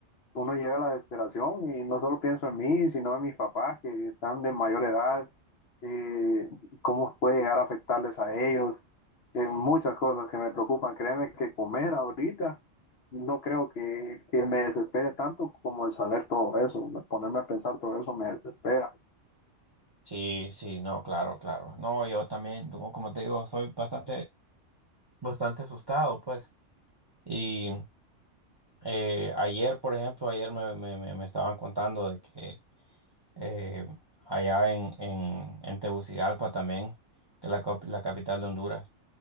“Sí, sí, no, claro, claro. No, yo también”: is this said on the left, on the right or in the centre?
Right